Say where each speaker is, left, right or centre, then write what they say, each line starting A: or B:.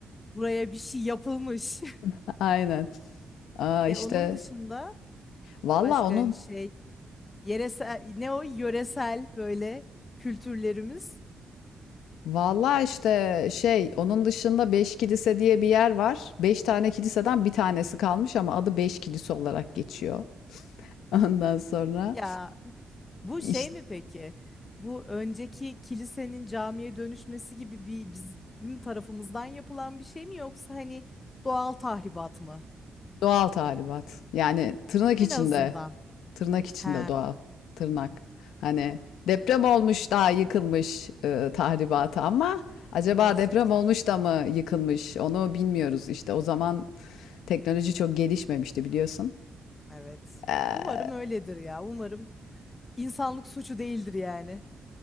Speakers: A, on the left; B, on the left.
A: buraya bir şey yapılmış. <laughs>
B: <laughs> Aynen. Aa
A: E
B: işte
A: onun dışında
B: valla
A: başka
B: onun
A: hani şey Yeresel, ne o yöresel böyle kültürlerimiz.
B: valla işte şey onun dışında beş kilise diye bir yer var. Beş tane kiliseden bir tanesi kalmış ama adı beş kilise olarak geçiyor. <laughs> Ondan sonra
A: Ya bu
B: işte
A: şey mi peki? Bu önceki kilisenin camiye dönüşmesi gibi bir bizim tarafımızdan yapılan bir şey mi yoksa hani doğal tahribat mı?
B: doğal tahribat. Yani tırnak
A: En
B: içinde
A: azından.
B: Tırnak içinde
A: He,
B: doğal. Tırnak. Hani deprem olmuş daha yıkılmış e, tahribatı ama acaba
A: o şekil.
B: deprem olmuş da mı yıkılmış onu bilmiyoruz işte. O zaman teknoloji çok gelişmemişti biliyorsun.
A: Evet.
B: Ee,
A: Umarım öyledir ya. Umarım insanlık suçu değildir yani.